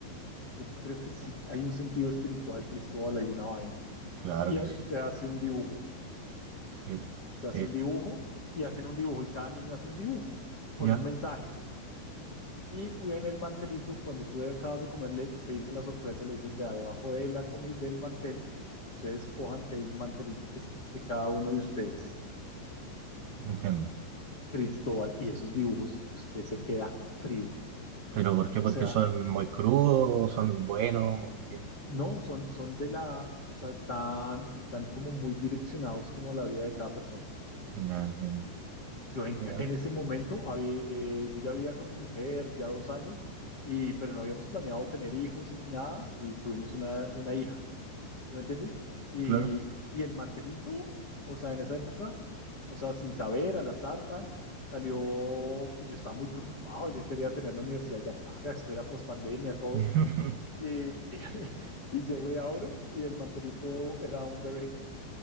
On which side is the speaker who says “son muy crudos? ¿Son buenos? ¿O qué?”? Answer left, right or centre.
Right